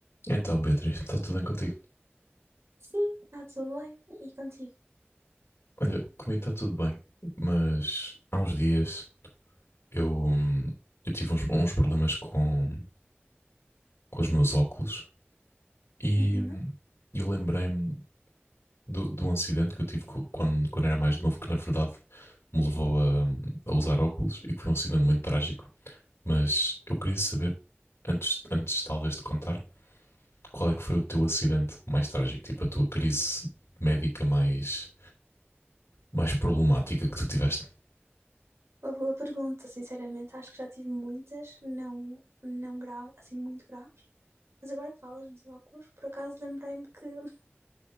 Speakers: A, on the left; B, on the right.
A: Então, Beatriz, está tudo bem contigo?
B: Sim, está tudo bem. E contigo?
A: Olha, comigo está tudo bem, mas há uns dias eu, hum, eu tive uns, uns problemas com, com os meus óculos e
B: Uhum.
A: hum, eu lembrei-me do, do acidente que eu tive co- quando, quando era mais novo, que na verdade me levou a, a usar óculos e que foi um acidente muito trágico. Mas eu queria saber, antes, antes talvez de contar, qual é que foi o teu acidente mais trágico, tipo a tua crise médica mais, mais problemática que tu tiveste?
B: Uma boa pergunta, sinceramente, acho que já tive muitas, não, não grave, assim, muito graves. Mas agora que falas nos óculos, por acaso lembrei-me que, <laughs>